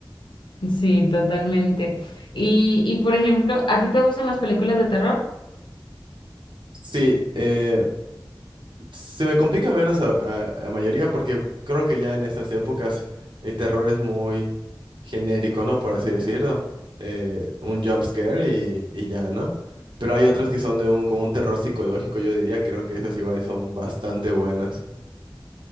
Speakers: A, on the left; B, on the right.
A: Sí, totalmente. Y, y por ejemplo, ¿a ti te gustan las películas de terror?
B: Sí, eh, Se me complica ver a, esa- a- a la mayoría porque creo que ya en estas épocas el terror es muy genérico, ¿no? Por así decirlo. Eh, un jump scare y, y ya, ¿no? Pero hay otras que son de un, como un terror psicológico, yo diría. Creo que esas igual son bastante buenas.